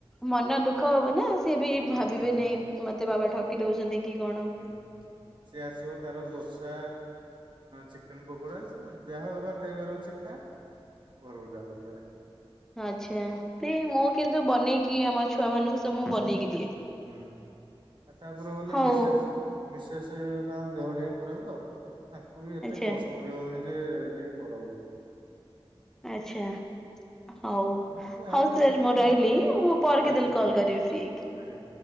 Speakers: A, in the centre; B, on the right.
A: ମନ ଦୁଃଖ ହବ ନା ସିଏ ବି
B: ହୁଁ
A: ଭାବିବେ ନାହିଁ। ମତେ ବାବା ଠକି ଦଉଛନ୍ତି କି କଣ।
B: ହଁ ସିଏ ଆସିବ ତାର ଦୋସା ଚିକେନ ପକୋଡା, ଯାହା ବାବା ଖାଇବାର ଅଛି ଖା ଘରକୁ ଚାଲ ଯିବା।
A: ଆଚ୍ଛା ସେ ମୁଁ କିନ୍ତୁ ବନେଇକି ଆମ ଛୁଆ ମାନଙ୍କୁ ସବୁ ମୁଁ ବନେଇକି ଦିଏ।
B: ହୁଁ ଆଉ ତାପରେ ଗଲେ
A: ହଉ
B: ମିସେସ୍ ମିସେସ୍ ତାଙ୍କ ଦେହ ଟିକେ ଖରାପ ତ। ଆ ତାଙ୍କୁ ବି ଏତେ
A: ଆଚ୍ଛା
B: ଫୋସ୍ କରିହଉନି ଯେ ଟିକେ କର ବୋଲି।
A: ଆଚ୍ଛା। ହଉ,
B: ସେଥିପାଇଁ ଯାହା
A: ହଉ
B: ଯେତିକି
A: ସାର୍ ମୁଁ
B: ହଁ
A: ରହିଲି ମୁଁ ପରେ କେତେବେଳେ
B: ଆଜ୍ଞା
A: କଲ କରିବି ଫ୍ରି ହେଇକି।
B: ଆଜ୍ଞା